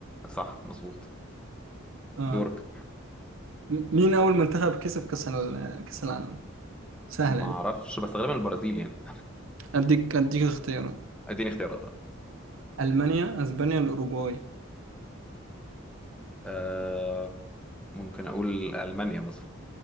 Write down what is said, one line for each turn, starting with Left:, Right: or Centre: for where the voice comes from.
Centre: صح مظبوط
Right: اه
Centre: دورك
Right: م- مين أول منتخب كسب كأس ال- كأس العالم سهلة
Centre: ما
Right: دي
Centre: اعرفش بس غالبا البرازيل يعني
Right: اديك اديك اختيارات
Centre: اديني اختيارات
Right: ألمانيا اسبانيا الأوروغواي
Centre: آه ممكن اقول ألمانيا مثلا